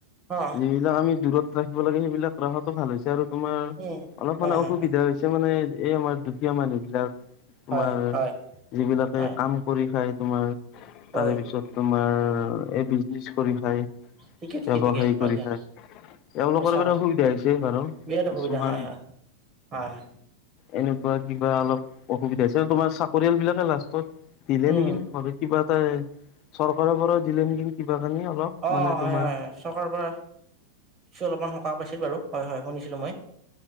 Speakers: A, on the right; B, on the left.
A: অ
B: যিবিলাক আমি দূৰত ৰাখিব লাগে সেইবিলাক ৰখো ভাল হৈছে আৰু। তোমাৰ
A: উম
B: অলপ
A: হয়
B: মানে অসুবিধা
A: হয়
B: হৈছে মানে এই আমাৰ দুখীয়া মানুহ বিলাক তোমাৰ
A: হয় হয়
B: যিবিলাকে
A: হয় হয়
B: কাম কৰি খাই তোমাৰ
A: হয়
B: তাৰে পিছত তোমাৰ এই বিজনেচ কৰি খায়
A: ঠিকে ঠিকে
B: ব্যৱসায়
A: ঠিকে হয়
B: কৰি
A: দিয়া
B: খায়। এলোকৰ
A: সঁচা
B: বাবে
A: কথা
B: সুবিধা হৈছে বাৰু
A: বিৰাট
B: কিছুমান
A: অসুবিধা হয় হয় হয়
B: এনেকুৱা কিবা অলপ অসুবিধা হৈছে তোমাৰ চাকৰিয়াল বিলাকে লাষ্টত দিলে
A: উম
B: নেকি ঘৰ কিবা এটা চৰকাৰৰ ঘৰত দিলে নেকি কিবা। আনি অলপ
A: অ
B: মানে
A: হয়
B: তোমাৰ
A: হয় হয় চৰকাৰৰ পৰা কিছু অলপমান পাইছিল বাৰু হয় -হয় শুনিছিলো মই।